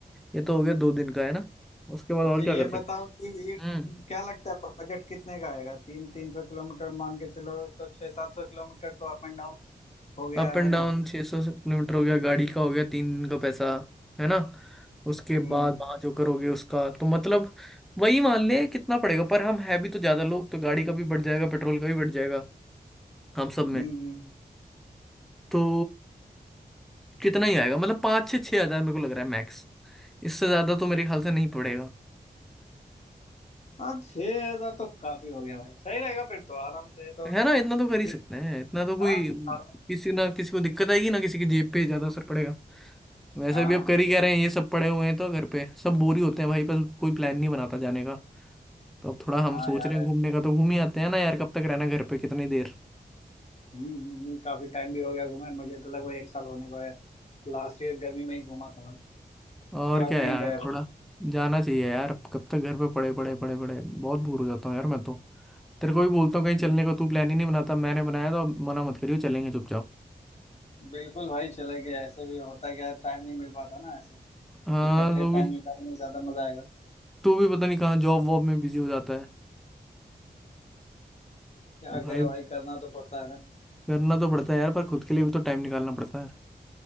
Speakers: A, in the centre; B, on the left.
A: ये तो हो गया दो दिन का है ना उसके बाद
B: अच्छा
A: और क्या
B: ये
A: कर सकते
B: बताओ कि ये
A: हम्म
B: क्या लगता है बजट कितने का आएगा तीन तीन सौ किलोमीटर मान के चलो तो छह सात सौ किलोमीटर तो अप एंड डाउन हो गया
A: अप एंड
B: है
A: डाउन
B: ना
A: छह सौ किलोमीटर हो गया गाड़ी का हो गया तीन दिन का पैसा है ना उसके
B: हम्म
A: बाद वहां जो करोगे उसका तो मतलब वही मान ले कितना पड़ेगा पर हम है भी तो ज्यादा लोग तो गाड़ी का भी बढ़ जाएगा पेट्रोल का भी बढ़ जाएगा हम सब
B: हम्म
A: में
B: हम्म।
A: तो कितना ही आएगा मतलब पाँच से छह हजार मेरे को लग रहा है मैक्स इससे ज्यादा तो मेरे ख्याल से नहीं पड़ेगा
B: हाँ छह हजार तो काफी हो गया भाई सही रहेगा फिर तो आराम से ये तो
A: है
B: कुछ
A: ना इतना तो कर ही
B: भी
A: सकते हैं इतना तो कोई
B: हाँ हाँ
A: किसी ना किसी को दिक्कत आएगी ना किसी की जेब पे ज्यादा असर पड़ेगा वैसे
B: हाँ
A: भी अब कर ही कह रहे हैं ये सब पड़े हुए हैं तो घर पे सब बोर ही होते हैं भाई पर कोई प्लान नहीं बनाता जाने का तो अब थोड़ा हम
B: हाँ
A: सोच
B: यार
A: रहे हैं घूमने का तो घूम ही आते हैं ना यार कब तक रहना घर पे कितनी देर
B: हम्म हम्म, हम्म, काफी टाइम भी हो गया घूमे मुझे तो लगभग एक साल होने को है लास्ट ईयर गर्मी में ही घूमा था भाई
A: और
B: उसके बाद
A: क्या
B: कहीं
A: यार
B: गया भी
A: थोड़ा जाना चाहिए यार अब कब तक घर पे पड़े पड़े पड़े पड़े बहुत बोर हो जाता हूँ यार मैं तो तेरे को भी बोलता हूँ कहीं चलने
B: नहीं।
A: को तू प्लान ही नहीं बनाता मैंने बनाया तो अब मना मत करियो चलेंगे चुपचाप
B: बिल्कुल भाई चले गए ऐसे भी होता क्या है टाइम नहीं मिल पाता ना ऐसे
A: हाँ
B: इकट्ठे
A: तू
B: टाइम
A: भी
B: निकालने में ज्यादा मजा आएगा
A: तू भी पता नहीं कहाँ जॉब वॉब में बिजी हो जाता है
B: क्या
A: भाई
B: करे भाई करना तो पड़ता है ना
A: करना तो पड़ता है यार पर खुद के लिए भी तो टाइम निकालना पड़ता है